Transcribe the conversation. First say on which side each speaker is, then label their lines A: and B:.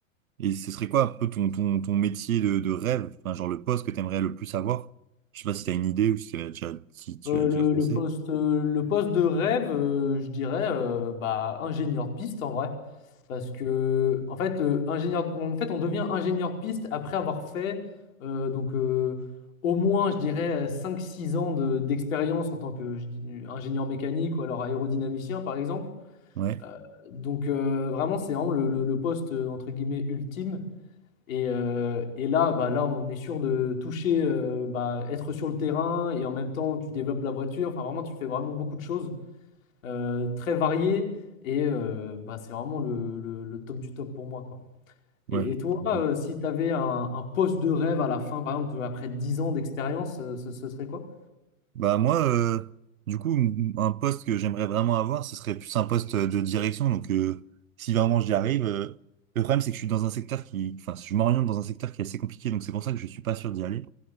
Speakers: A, on the right; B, on the left.
A: Et ce serait quoi un peu ton, ton, ton métier de, de rêve? Enfin, genre le poste que t'aimerais le plus avoir? Je sais pas si t'as une idée ou si, t'as déjà- si tu
B: Euh,
A: as déjà
B: le,
A: pensé.
B: le poste, euh, le poste de rêve, euh, je dirais, euh, bah, ingénieur de piste en vrai. Parce que, en fait, euh, ingénieur, en fait, on devient ingénieur de piste après avoir fait euh, donc, euh, au moins, je dirais, cinq six ans de- d'expérience en tant qu'ingénieur mécanique ou alors aérodynamicien, par exemple.
A: Ouais,
B: Euh, donc, euh, vraiment, c'est vraiment le, le- le poste, euh, entre guillemets, ultime. Et, euh, et là, bah, là, on est sûr de toucher, euh, bah, être sur le terrain et en même temps, tu développes la voiture. Enfin, vraiment, tu fais vraiment beaucoup de choses euh, très variées et euh, bah, c'est vraiment le, le- le top du top pour moi, quoi.
A: ouais.
B: Et,
A: je
B: et toi, euh,
A: comprends.
B: si tu avais un, un poste de rêve à la fin, par exemple, après 10 ans d'expérience, euh, ce, ce serait quoi?
A: Bah moi, euh, du coup, m- un poste que j'aimerais vraiment avoir, ce serait plus un poste de direction. Donc, euh, si vraiment j'y arrive, euh, le problème c'est que je suis dans un secteur qui, enfin, je m'oriente dans un secteur qui est assez compliqué, donc c'est pour ça que je suis pas sûr d'y aller.